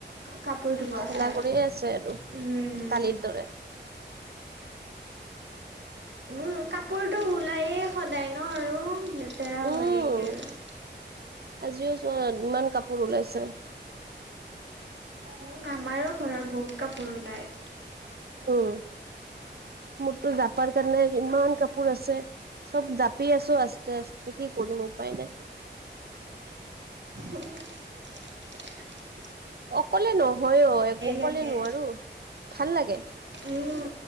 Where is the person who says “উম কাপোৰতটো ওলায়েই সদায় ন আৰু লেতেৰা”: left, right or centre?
Right